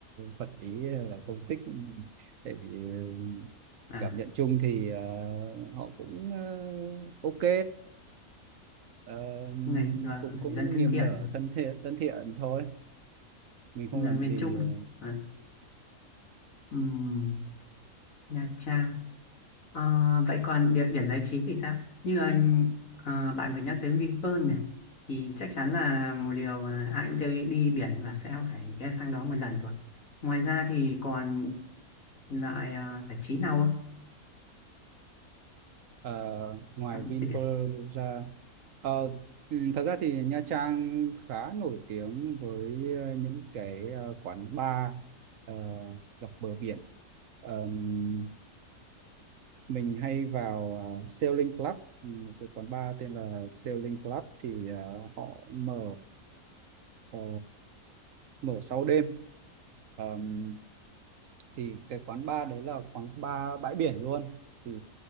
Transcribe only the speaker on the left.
à,
người, là
người
dân thân
thiện,
người
miền
Trung,
à, ừm, Nha Trang Ờ, vậy còn địa điểm giải trí thì sao? Như anh ờ, bạn vừa nhắc đến Vinpearl này thì chắc chắn là một điều mà ai cũng tới đi biển và sẽ phải ghé sang đó một lần rồi. Ngoài ra thì còn lại ờ, giải trí nào không?
Tắm
biển.